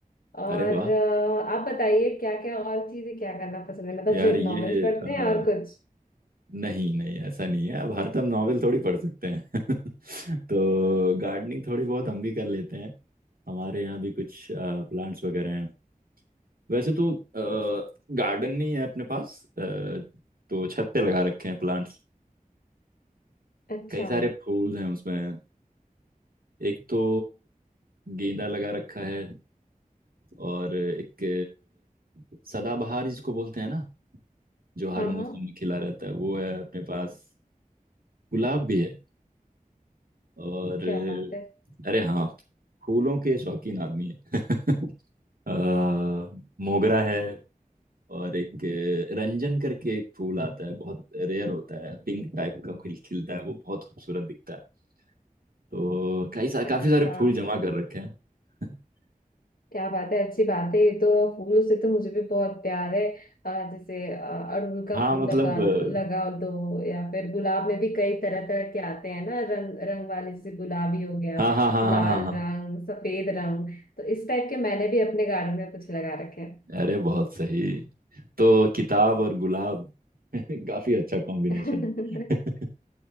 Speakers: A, on the left; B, on the right.
A: और
B: अरे वाह
A: अ, आप बताइए क्या क्या और चीजें क्या करना पसंद है मतलब
B: यार
A: सिर्फ
B: ये
A: नॉवेल्स पढ़ते
B: अ,
A: हैं और कुछ
B: नहीं नहीं ऐसा नहीं है अब हर तुम नॉवेल थोड़ी पढ़ सकते हैं <laughs> तो गार्डनिंग थोड़ी बहुत हम भी कर लेते हैं हमारे यहाँ भी कुछ प्लांट्स वगैरह हैं वैसे तो गार्डन नहीं है अपने पास अ, तो छत पे लगा रखे हैं प्लांट्स
A: अच्छा
B: कई सारे फूल हैं उसमें एक तो गेंदा लगा रखा है और एक अ, सदाबहार जिसको बोलते हैं ना जो हर
A: हाँ
B: मौसम
A: हाँ
B: में खिला रहता है वो है अपने पास गुलाब भी है और अ,
A: क्या बात है
B: अरे हाँ फूलों के शौकीन आदमी है <laughs> अ, मोगरा है और एक अ, रंजन करके एक फूल आता है बहुत रेयर होता है पिंक टाइप का खिल खिलता है वो बहुत खूबसूरत दिखता है तो कई सा,
A: अच्छा
B: काफी सारे फूल जमा कर रखे हैं <laughs>
A: क्या बात है अच्छी बात है ये तो फूलों से तो मुझे भी बहुत प्यार है आ, जैसे आ, अड़हुल का
B: हाँ
A: फूल
B: मतलब
A: लगा
B: अ,
A: लगा दो या फिर गुलाब में भी कई तरह तरह के आते हैं ना रंग रंग वाले जैसे गुलाबी हो गया
B: हाँ हाँ हाँ
A: लाल
B: हाँ हाँ हाँ
A: रंग सफेद रंग तो इस टाइप के मैंने भी अपने गार्डन में कुछ लगा रखे हैं
B: अरे बहुत सही तो किताब और गुलाब <laughs> काफी अच्छा कॉम्बिनेशन
A: <laughs>
B: है <laughs>